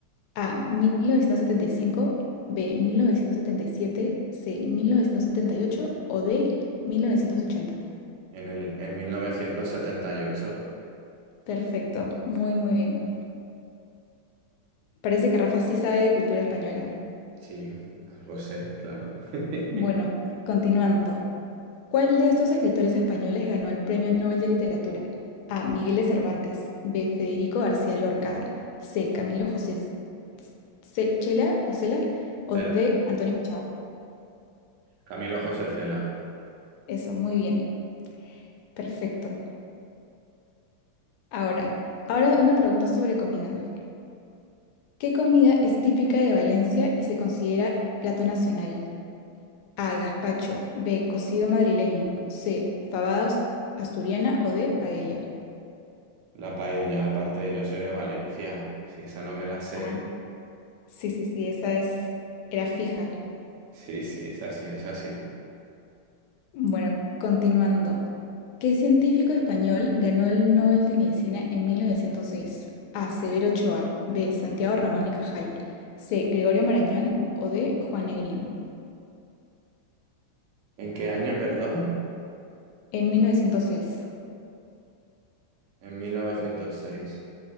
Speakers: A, on the left; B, on the right.
A: A, 1975, B, 1977, C, 1978 o D, 1980.
B: En el, en mil novecientos setenta y ocho
A: Perfecto, muy, muy bien. Parece que Rafa sí sabe de cultura española.
B: Sí, algo sé, claro. <laughs>
A: Bueno, continuando. ¿Cuál de estos escritores españoles ganó el Premio Nobel de Literatura? A. Miguel de Cervantes. B. Federico García Lorca. C. Camilo José C- Chela o Cela. O
B: Cela,
A: D. Antonio Machado.
B: Camilo José Cela.
A: Eso, muy bien. Perfecto. Ahora, ahora una pregunta sobre comida. ¿Qué comida es típica de Valencia y se considera plato nacional? A. Gazpacho. B. Cocido madrileño. C. Fabada aus- asturiana o D. Paella.
B: La paella, aparte, yo soy de Valencia. Si esa no me la Mm. sé.
A: Ah, sí, sí, sí, esa es, era fija.
B: Sí, sí, es así, es así.
A: Bueno, continuando. ¿Qué científico español ganó el Nobel de Medicina en 1906? A. Severo Ochoa. B. Santiago Ramón y Cajal. C. Gregorio Marañón o D. Juan Negrín.
B: ¿En qué año, perdón?
A: En 1906.
B: En 1906.